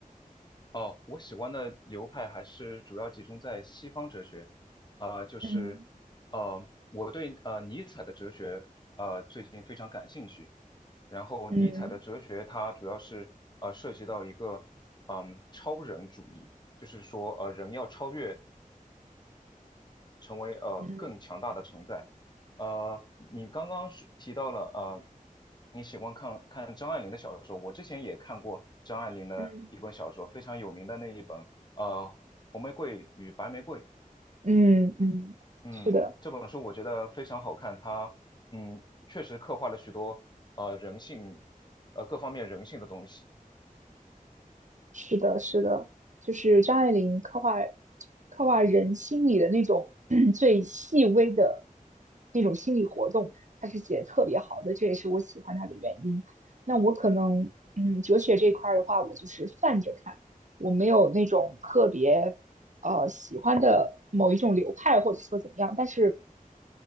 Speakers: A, on the left (about 30°); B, on the right (about 55°).
A: 哦，我喜欢的流派还是主要集中在西方哲学，呃，就是
B: 嗯
A: 呃，我对呃尼采的哲学呃最近非常感兴趣。然后尼采的哲学它主要是呃涉及到一个嗯超人主义，
B: 嗯
A: 就是说呃人要超越。成为呃更强大的存在。
B: 嗯
A: 呃，你刚刚是提到了呃，你喜欢看看张爱玲的小说，我之前也看过张爱玲的一本小说，
B: 嗯，
A: 非常有名的那一本呃《红玫瑰与白玫瑰》。
B: 嗯嗯，
A: 嗯，
B: 是的。
A: 这本书我觉得非常好看，它嗯确实刻画了许多呃人性呃各方面人性的东西。
B: 是的，是的，就是张爱玲刻画刻画人心里的那种 <clears throat> 最细微的那种心理活动，她是写的特别好的，这也是我喜欢她的原因。那我可能，嗯，哲学这一块儿的话，我就是泛着看，我没有那种特别呃喜欢的某一种流派，或者说怎么样，但是。